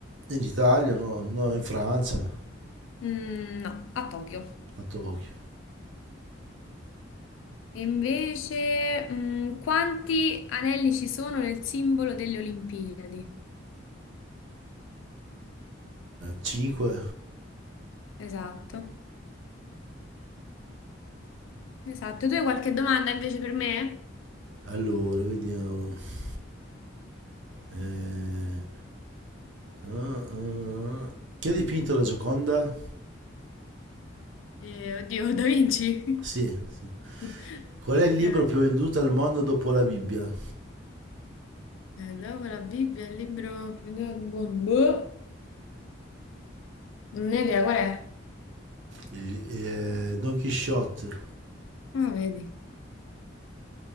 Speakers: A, on the right; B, on the left.
A: In Italia no, no, in Francia,
B: Mm, no, a Tokyo.
A: a Tokyo.
B: E invece, mm, quanti anelli ci sono nel simbolo delle Olimpiadi?
A: 5,
B: Esatto, esatto. Tu hai qualche domanda invece per me?
A: allora, vediamo. Eh, ah, ah, ah. Chi ha dipinto la Gioconda?
B: Eh, oddio, Da Vinci?
A: Sì, sì.
B: <laughs>
A: Qual
B: Ok.
A: è il libro
B: Eh,
A: più venduto al mondo dopo la Bibbia?
B: dopo la Bibbia, il libro... Boh, non ne ho idea, qual è?
A: il- eh, Don Quixote
B: Ah, vedi.